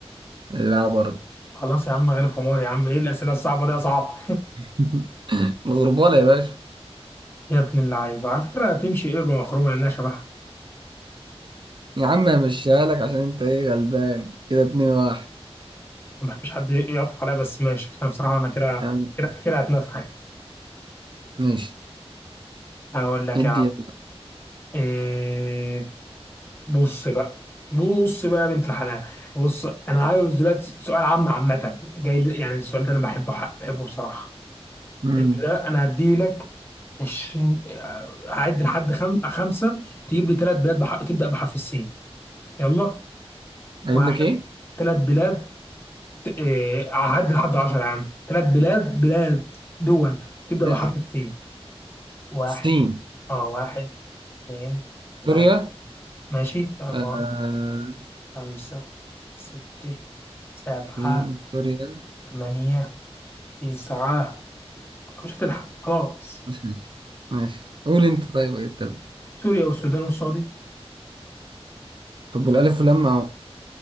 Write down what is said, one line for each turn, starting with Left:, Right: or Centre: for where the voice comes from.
Right: لا برضه
Left: خلاص يا عم غالب حمار يا عم ايه الأسئلة الصعبة دي يا صعب
Right: <laughs> الغربالة يا باشا
Left: <laughs> يا ابن اللعيبة على فكرة تمشي قربة مخرومة لأنها شبهها
Right: يا عم همشيها لك عشان انت ايه غلبان كده اتنين واحد
Left: ما بحبش حد يعطف عليها بس ماشي عشان بصراحة أنا كده
Right: يا عم
Left: كده كده هتنفخ يعني.
Right: ماشي
Left: هقول لك
Right: ادي
Left: يا عم
Right: يلا.
Left: آه بص بقى بص بقى يا بنت الحلال بص انا عايز دلوقتي سؤال عام عامه جاي لي- يعني السؤال ده انا بحبه بحبه بصراحه
Right: امم
Left: انت ده انا هدي لك 20 آه، هعد لحد خم... خمسه تجيب لي ثلاث بلاد بح... تبدا بحرف السين يلا
Right: اجيب
Left: واحد
Right: لك ايه
Left: ثلاث بلاد ت- آه، هعد لحد 10 يا عم ثلاث بلاد بلاد دول بتبدا
Right: ماشي
Left: بحرف السين واحد
Right: سين
Left: اه واحد اثنين ثلاثة
Right: سوريا
Left: ماشي أربعة
Right: آه
Left: خمسة ستة سبعة
Right: سين سوريا
Left: ثمانية تسعة مش هتلحق خلاص
Right: ماشي ماشي قول انت طيب ايه التالت
Left: سوريا والسودان والسعودية
Right: طب والألف واللام أهو